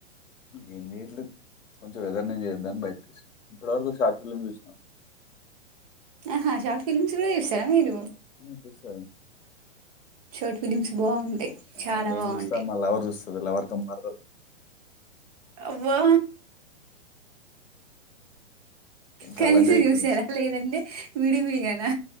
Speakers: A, on the left; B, on the right.
A: ఏం చేయట్లేదు కొంచెం వెదర్నెంజాయ్ చేద్దాం అని బయటకు వచ్చిన ఇప్పటివరకు షార్ట్ ఫిల్మ్ చూసిన
B: ఆహా షార్ట్ ఫిలిమ్స్ కూడా చూస్తరా మీరు
A: అ చూస్తా
B: షర్ట్ ఫిలిమ్స్ బాగుంటాయి
A: ఆ!
B: చాలా
A: నేను
B: బాగుంటాయి
A: చూస్తా. మా లవర్ చూస్తది. లవర్ కమ్ మరదలు.
B: అబ్బా
A: ఇంకా
B: కలిసి
A: అలాంటివి ఎక్కువ
B: చూసారా
A: చూస్తా.
B: లేదంటే విడి విడిగానా